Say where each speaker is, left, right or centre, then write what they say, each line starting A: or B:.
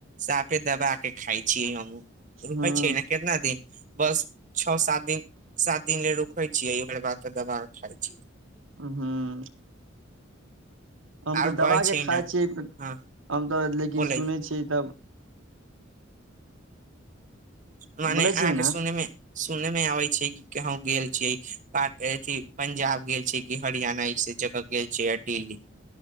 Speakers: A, on the right; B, on the right.
A: साफे दबा के खााय छी हम रुकै
B: हुं
A: छै ने केतना दिन बस छ सात दिन सात दिन ले रुखै छियै ओकर बाद त दवा खााय छी
B: हूँ हम
A: आर
B: तऽ दबा
A: कहै
B: के खाइ
A: ने
B: छियै
A: हँ
B: हम तऽ लेकिन
A: बोलै
B: सुनै छियै तब
A: मने
B: बोलै
A: अहाँके
B: छियै ने
A: सुने मे सुने मे आबै छै कि कहूँगेल छियै पाक अथि पंजाब गेल छै कि हरियाणा ई जगह गेल छै आ दिल्ली